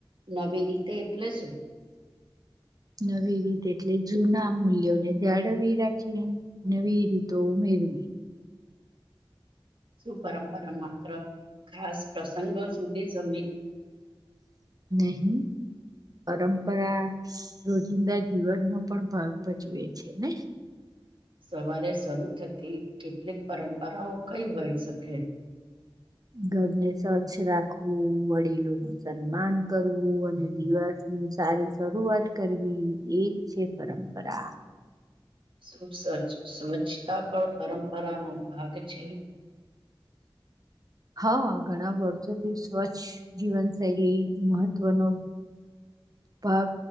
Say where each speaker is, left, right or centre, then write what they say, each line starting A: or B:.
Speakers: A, on the right; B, on the right.
A: નવી રીતે એટલે શું
B: નવી રીતે એટલે જૂના મૂલ્યોને જાળવી રાખી નવી રીતો ઉમેરવી
A: સુું પરંપરા માત્ર ખાસ પ્રસંગો સુધી સમ
B: નહીં પરંપરા રોજિંદા જીવનનો પણ ભાગ ભજવે છે ને
A: સવારે શરૂ થતી કેટલીક પરંપરાઓ કઈ હોઈ શકે
B: ઘરને સ્વચ્છ રાખવું વડીલો નું સન્માન કરવું અને દિવસ સારી શરૂઆત કરવી એજ છે પરંપરા
A: સુ સ્વચ્છતા પણ પરંપરાનો ભાગ છે
B: હા ઘણા વર્ષોથી સ્વચ્છ જીવનશૈલી મહત્વનો ભાગ